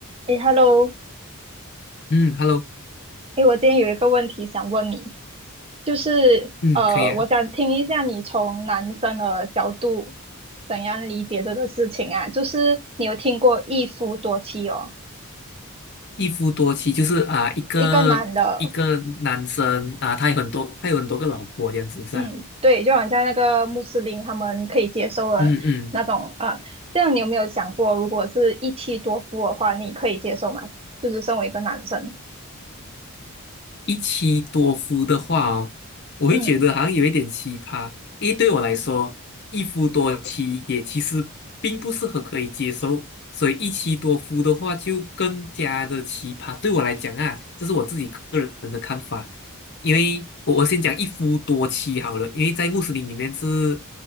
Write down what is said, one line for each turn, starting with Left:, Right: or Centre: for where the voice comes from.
Right: 诶 h e l l o
Left: 嗯，Hello，
Right: 诶，我今天有一个问题想问你，就是呃，
Left: 嗯，可以啊。
Right: 我想听一下你从男生的角度怎样理解这个事情啊？就是你有听过一夫多妻哦，
Left: 一夫多妻就是啊、一个一个男生啊、
Right: 一个男的，
Left: 他有很多，他有很多个老婆这样子是吧？
Right: 嗯，对，就好像那个穆斯林他们可以接受的那种，
Left: 嗯嗯。
Right: 啊。这样你有没有想过，如果是一妻多夫的话，你可以接受吗？就是身为一个男生，
Left: 一妻多夫的话哦，我会觉得好像有一点奇葩，
Right: 嗯，
Left: 因为对我来说，一夫多妻也其实并不是很可以接受，所以一妻多夫的话就更加的奇葩。对我来讲啊，这是我自己个人的看法，因为我我先讲一夫多妻好了，因为在穆斯林里面是